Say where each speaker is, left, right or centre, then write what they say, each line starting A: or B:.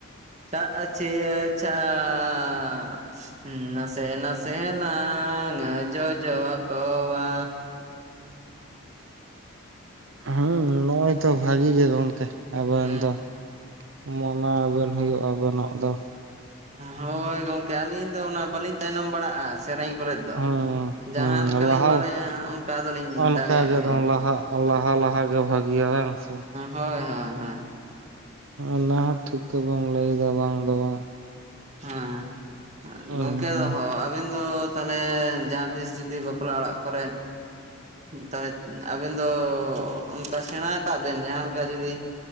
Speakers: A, on the right; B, on the right.
A: ᱪᱷᱟᱜ ᱪᱷᱤᱭᱟᱹ ᱪᱷᱟᱜ ᱱᱟᱥᱮ ᱱᱟᱥᱮ ᱱᱟᱥᱮ ᱱᱟᱥᱮ ᱞᱟᱝ ᱡᱚᱡᱚ ᱟᱠᱚᱣᱟ
B: ᱦᱮᱸ ᱱᱚᱜᱼᱚᱭ ᱛᱚ ᱵᱷᱟᱹᱜᱤ ᱜᱮ ᱜᱚᱢᱠᱮ ᱟᱵᱮᱱ
A: ᱦᱩᱸ
B: ᱫᱚ᱾ ᱢᱟᱱᱟᱣ ᱵᱮᱱ ᱦᱩᱭᱩᱜ ᱟᱵᱮᱱᱟᱜ ᱫᱚ᱾
A: ᱦᱳᱭ ᱜᱚᱢᱠᱮ ᱟᱹᱞᱤᱧ ᱫᱚ ᱚᱱᱟ ᱵᱟᱹᱞᱤᱧ ᱛᱟᱭᱱᱚᱢ ᱵᱟᱲᱟᱜᱼᱟ᱾ ᱥᱮᱨᱮᱧ ᱠᱚᱨᱮᱫ ᱫᱚ
B: ᱦᱩᱸ
A: ᱡᱟᱦᱟᱸ
B: ᱦᱩᱸ
A: ᱞᱮᱠᱟᱞᱤᱧ
B: ᱞᱟᱦᱟ
A: ᱵᱟᱲᱟᱭᱟ ᱚᱱᱠᱟ ᱫᱚᱞᱤᱧ
B: ᱚᱱᱠᱟ
A: ᱫᱟᱲᱮᱭᱟᱜ
B: ᱜᱮ
A: ᱜᱮᱭᱟ᱾
B: ᱞᱟᱦᱟᱜ ᱞᱟᱦᱟ ᱞᱟᱦᱟ ᱜᱮ ᱵᱷᱟᱹᱜᱤᱭᱟ ᱵᱟᱝ ᱥᱮ
A: ᱦᱳᱭ ᱦᱳᱭ ᱦᱳᱭ
B: ᱚᱱᱟᱦᱚᱸ ᱴᱷᱤᱠ ᱜᱮᱵᱚᱱ ᱞᱟᱹᱭ ᱮᱫᱟ ᱵᱟᱝ ᱫᱚ ᱵᱟᱝ?
A: ᱦᱮᱸ
B: ᱦᱮᱸ
A: ᱜᱚᱝᱠᱮ
B: ᱦᱮᱸ
A: ᱟᱵᱤᱱ ᱫᱚ ᱛᱟᱦᱚᱞᱮ ᱡᱟᱦᱟᱸ ᱛᱤᱥ ᱡᱩᱫᱤ ᱵᱟᱯᱞᱟ ᱚᱲᱟᱜ ᱠᱚᱨᱮᱫ ᱛᱟᱦᱚᱞᱮ ᱟᱵᱮᱱ ᱫᱚ ᱚᱱᱠᱟ ᱥᱮᱬᱟ ᱠᱟᱜ ᱵᱮᱱ ᱡᱟᱦᱟᱸ ᱞᱮᱠᱟ ᱡᱩᱫᱤ